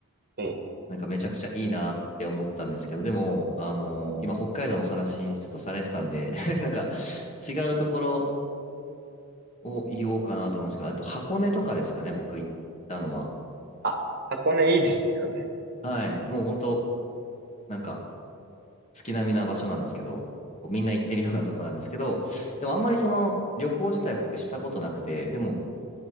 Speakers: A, on the right; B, on the left.
A: ええ。
B: なんかめちゃくちゃいいなって思ったんですけど、でも、あの、今北海道の話ちょっとされてたんで、<laughs> なんか違うところを言おうかなと思うんですけど、
A: うん
B: あと箱根とかですかね、僕行ったのは。
A: あ、箱根いいですよね。
B: はい。もう本当なんか月並みな場所なんですけど、こうみんな行ってるようなとこなんですけど、でもあんまりその旅行自体僕したことなくて、
A: うん。
B: でも